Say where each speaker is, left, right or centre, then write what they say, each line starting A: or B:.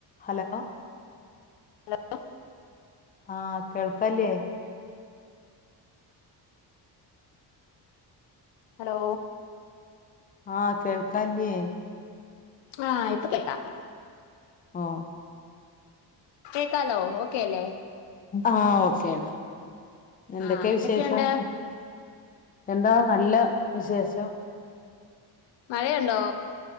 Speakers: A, on the left (about 20°); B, on the left (about 80°).
A: Hello
B: hello
A: ആ കേൾക്കല്ലേ
B: hello
A: ആഹ കേൾക്കാല്ലേ
B: ആ ഇപ്പൊ കേക്കാം
A: ആ
B: കേക്കാലോ ഓ ക്കല്ലേ
A: ആ ഓക്കേയാണ് എന്തൊക്കെയ
B: ആ എന്തൊക്കെയുണ്ട്
A: വിശേഷം എന്താ നല്ല വിശേഷം
B: മഴയുണ്ടോ